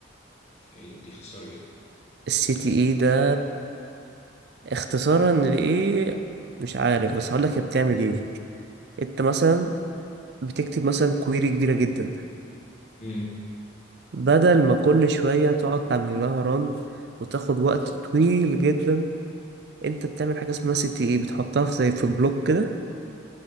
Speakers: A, on the left (about 35°); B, on the right (about 55°).
A: إيه دي اختصار ايه
B: السي تي اي ده اختصارا لايه مش عارف بس هقول لك هي بتعمل ايه انت مثلا بتكتب مثلا كويري كبيره جدا
A: امم
B: بدل ما كل شويه تقعد تعمل لها ران وتاخد وقت طويل جدا انت بتعمل حاجه اسمها سي تي اي بتحطها في زي في بلوك كده